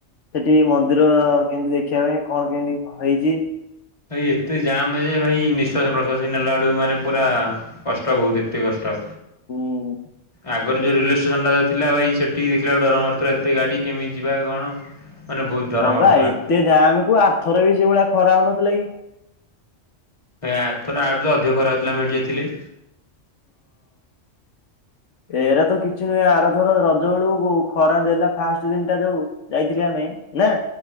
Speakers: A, on the left (about 75°); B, on the left (about 25°).
A: ସେଠି ମନ୍ଦିର କେମିତି ଦେଖିବା ପାଇଁ କଣ କେମତି ହେଇଚି।
B: ଭାଇ ଏତେ ଜାମ ଯେ ଭାଇ ନିଶ୍ଵାସ ପ୍ରଶ୍ଵାସ ନେଲା ବେଳକୁ ମାନେ ପୁରା। କଷ୍ଟ ବହୁତ ଏତେ କଷ୍ଟ।
A: ହୁଁ।
B: ଆଗରୁ ଯୋଉ ରେଲୱେ ଷ୍ଟେସନ ଟା ଥିଲା ଭାଇ ସେଠି ଦେଖିଲାକୁ ଡର ମାରୁଥିଲା ଏତେ ଗାଡି କେମିତ ଯିବା କଣ। ମାନେ ବୋହୁତ୍ ଡର
A: ହଁ
B: ମାଡୁଥିଲା।
A: ବା ଏତେ ଯାମେ କୁ ଆଥର ବି ସେଇଭଳିଆ ଖରା ହୋଉନଥିଲା କି।
B: ଏ ଆ ଥର ଆଠୁ ତ ଅଧିକ ଖରା ହୋଉଥିଲା ଆମେ ହେଟି ଯାଇଥିଲେ।
A: ହେରା ତ କିଛି ନୁହେଁ। ଆରଥର ରଜ ବେଳକୁ କୋଉ ଖରା ଦେଲା ଫାଷ୍ଟ ଦିନଟା ଯୋଉ। ଯାଇଥିଲେ ଆମେ। ନା!